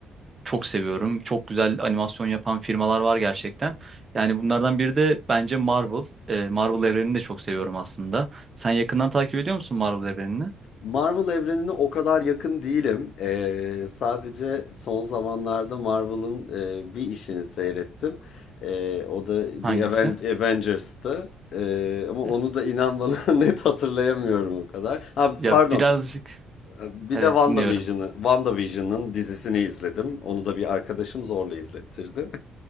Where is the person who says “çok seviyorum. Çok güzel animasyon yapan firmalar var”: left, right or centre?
Right